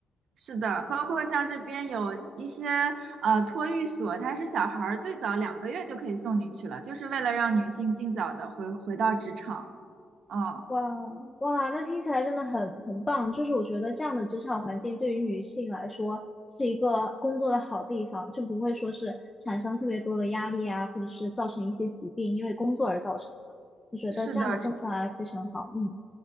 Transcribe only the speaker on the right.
是的，包括像这边有一些呃托育所，它是小孩儿最早两个月就可以送进去了，就是为了让女性尽早的回回到职场。嗯，
是的，